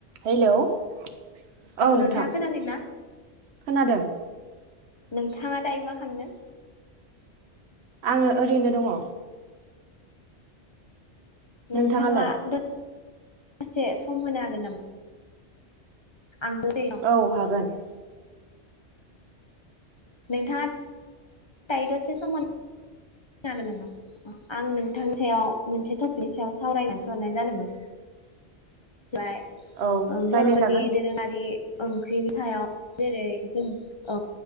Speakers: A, on the right; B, on the left.
A: Hello औ
B: औ नोंथाङा
A: नोंथां
B: खोनादों ना?
A: खोनादों।
B: नोंथाङा दायो मा खामदों?
A: आङो ओरैनो दङ।
B: नोंथाङा
A: नोंथाङालाय
B: दा दसे सम होनो हागोन नामा? आंबो ओरैनो
A: औ हागोन।
B: नोंथाङा दायो दसे समहोनो हागोन नामा आं नोंथांनि सायाव मोनसे टपिक सायाव सावरायना सोहरनाय जादोंमोन? जाय।
A: औ
B: ओं बर'नि
A: रायलायजागोन
B: दोरोङारि ओंख्रिनि सायाव जेरै जों औ